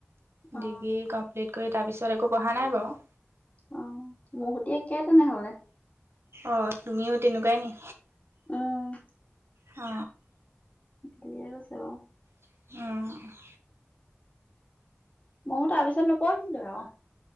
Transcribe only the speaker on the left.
অ
অ মহতি একেই তেনেহলে
উম
দলে কৈছে ব <unintelligible>
ময়ো তাৰপিছত নপঢ়িলো আৰু